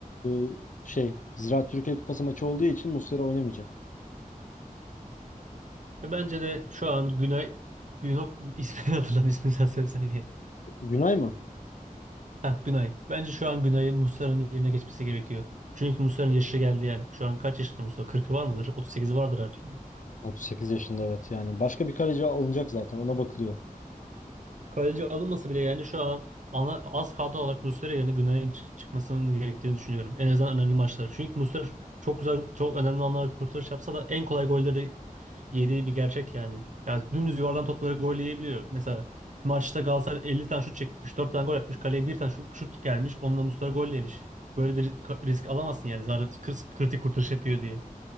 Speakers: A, on the left; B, on the right.
A: ıı, şey Ziraat Türkiye Kupası maçı olduğu için Muslera oynamayacak.
B: Ve bence de şu an Günay Günok ismini <laughs> hatırlam ismini sen söylesen
A: Günay mı?
B: Heh, Günay. Bence şu an Günay'ın Muslera'nın yerine geçmesi gerekiyor. Çünkü Muslera'nın yaşı geldi yani. Şu an kaç yaşında Muslera? 40'ı var mıdır? 38'i vardır artık.
A: 38 yaşında evet yani başka bir kaleci alınacak zaten ona bakılıyor.
B: Kaleci alınması bile yani şu an ana, az kadro olarak Muslera yerine Günay'ın çı- çıkmasının gerektiğini düşünüyorum. En azından önemli maçlar. Çünkü Muslera çok güzel, çok önemli anlarda kurtarış yapsa da en kolay golleri yediği bir gerçek yani. Yani dümdüz yuvardan topları gol yiyebiliyor. Mesela maçta Galatasaray 50 tane şut çekmiş, 4 tane gol atmış. Kaleye bir tane şut, şut gelmiş, onunla Muslera gol yemiş. Böyle bir ka- risk alamazsın yani. Zaten kır- kritik kurtarış yapıyor diye.